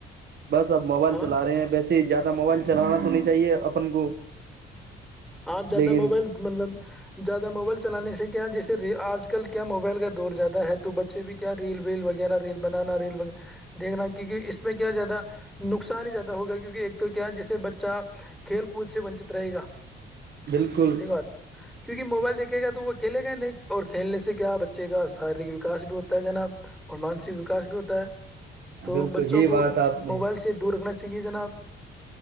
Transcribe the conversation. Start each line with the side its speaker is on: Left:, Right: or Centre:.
Right: بس اب موبائل
Centre: ہاں
Right: چلا رہے ہیں ویس ہی زیادہ موبائل چلانا تو نہیں چاہیے اپن کو
Centre: آ زدہ
Right: لیکن
Centre: موبائل مب زیادہ موبل چلانے سے کیا جیسے ریل آج کل کیا موبائل کا دور زیادہ ہے تو بچے بھی کیا ریل ویل وغیرہ ریل بنانا ریل دھنا کیونکہ اس میں کیا زیادہ نقصان ہی زیادہ ہوگا کیونکہ ایک تو کیا ہے جسے بچہ کھیل کود سے ونچت رہے گا
Right: بالکل
Centre: صحیح بات کیونکہ موبائل دیکھے گا تو وہ کھیلے گا نہیں اور کھیلنے سے کیا بچے کا شارییرک وکاس بھی ہوتا ہے جناب اور مانسک وکاس بھی ہوتا ہے تو
Right: بالکل
Centre: بچوں
Right: یہی
Centre: کو
Right: بات آپ نے
Centre: موبائل سے دور رکھنا چاہیے جناب